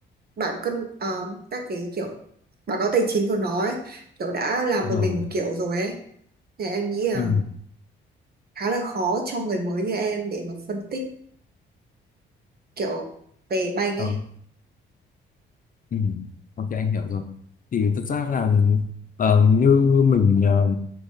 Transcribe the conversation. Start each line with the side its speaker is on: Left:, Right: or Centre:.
Right: bạn cân ờ, các cái kiểu báo cáo tài chính của nó ấy, kiểu đã làm một
Left: Rồi.
Right: mình một kiểu rồi ấy. Thì em nghĩ là
Left: Ừ.
Right: khá là khó cho người mới như em để mà phân tích kiểu về banh
Left: Ờ,
Right: ấy
Left: Ừ. Ok anh hiểu rồi. Thì thực ra là ờ, như mình ờ,